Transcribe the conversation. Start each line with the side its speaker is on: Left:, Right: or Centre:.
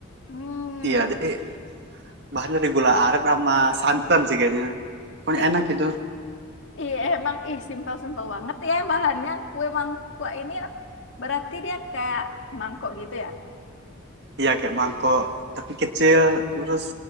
Left: Hmm,
Right: Iya, jadi bahannya dari gula aren sama santan sih kayaknya. Pokoknya
Left: ih,
Right: enak gitu.
Left: iya emang ih simpel-simpel banget ya bahannya. Kue mangkuk ini berarti dia kayak mangkok gitu ya?
Right: Iya kayak mangkok, tapi kecil. Terus